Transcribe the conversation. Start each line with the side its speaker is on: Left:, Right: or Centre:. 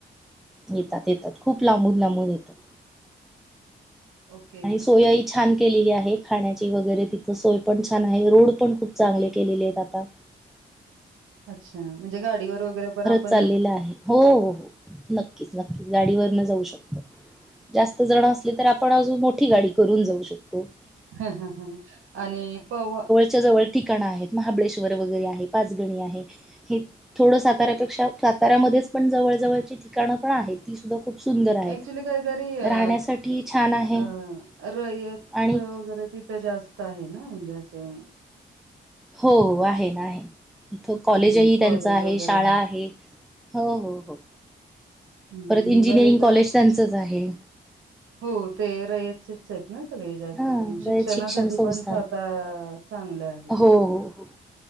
Centre: येतात येतात खूप लांबून लांबून येतात
Right: ओके.
Centre: आणि सोया छान केलेली आहे खाण्याची वगैरे तिथं सोय पण छान आहे रोड पण खूप चांगले केलेले आहेत आता
Right: अच्छा म्हणजे गाडीवर वगैरे पण आप
Centre: चाललेलं आहे हो हो हो नक्कीच नक्कीच गाडीवर न जाऊ शकतो जास्त जण असले तर आपण अजून मोठी गाडी करून जाऊ शकतो
Right: हम ह ह आणि पवा
Centre: च्या जवळ ठिकाणं आहेत महाबळेश्वर वगैरे आहे पाचगणी आहे हे थोडं साताऱ्यापेक्षा साताऱ्यामध्येच पण जवळजवळची ठिकाणं पण आहेत ती सुद्धा खूप सुंदर आहेत.
Right: ऍक्चुली काय तरी
Centre: राहण्यासाठी
Right: अ
Centre: छान आहे
Right: अ रयत
Centre: आणि
Right: वगैरे तिथं जास्त आहे ना म्हणजे असं
Centre: हो आहे ना आहे इथ कॉलेजही
Right: हम्म कॉलेज
Centre: त्यांच आहे
Right: वगैरे
Centre: शाळा आहे हो हो हो
Right: हम्म
Centre: परत इंजिनिअरिंग
Right: बरेच
Centre: कॉलेज त्यांचंच आहे
Right: हो ते रायचेच आहेत ना सगळे जास्त
Centre: हा
Right: करून शिक्षणासाठी
Centre: रयत शिक्षण संस्थान
Right: पण स् आता चांगलं आहे
Centre: हो हो हो